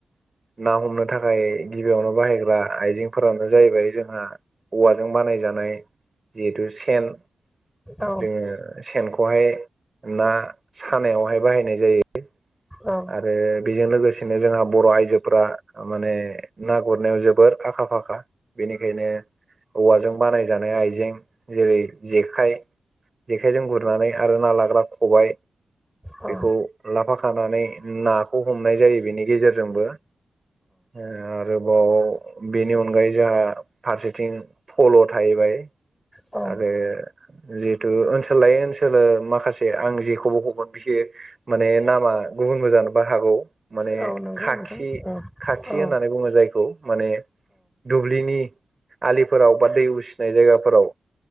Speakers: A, on the right; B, in the centre.
A: ना हमनो थाखाय गिबियावनो बाहायग्रा आइजेंफोरानो जाहैबाय जोंहा औवाजों बानायजानाय जिहेथु सेन
B: औ
A: जोङो सेनखौहाय ना सानायावहाय बाहायनाय जायो।
B: औ
A: आरो बेजों लोगोसे नो जोंहा बर' आयजोफोरा माने ना गुरनायाव जोबोर आखा फाखा। बेनिखायनो औवाजों बानायजानाय आइजें जेरै जेखाइ जेखाइजों गुरनानै आरो ना लाग्रा खबाय
B: औ
A: बेखौ लाफाखानानै नाखौ हमनाय जायो बेनि गेजेरजोंबो‌। ओ आरोबाव बेनि अनगायै जोंहा फारसेथिं फल' थाहैबाय।
B: औ
A: आरो जिहेतु ओनसोल लायै ओनसोल माखासे आं जेखौबो <unintelligible> माने नामा गुबुनबो जानोबो हागौ माने
B: औ नंगौ
A: खाखि
B: नोंथां औ
A: खाखि
B: औ
A: होननानै बुङो जायखौ माने दुब्लिनि आलिफोराव बा दै उसिनाय जायगाफोराव